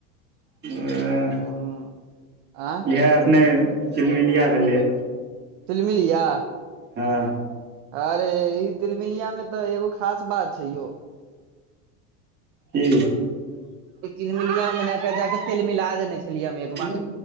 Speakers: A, on the right (about 20°); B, on the right (about 50°).
A: <unintelligible>
B: हँ आ
A: इएह अपने तिलमिलिया भेलै
B: तिलमिलिया
A: हँ
B: अरे ई तिलमिलिया में तऽ एगो खास बात छै यौ
A: कि
B: तिलमिलिया मे ने जाके तेल मिला देने छलियै हम एक
A: <inaudible>
B: बार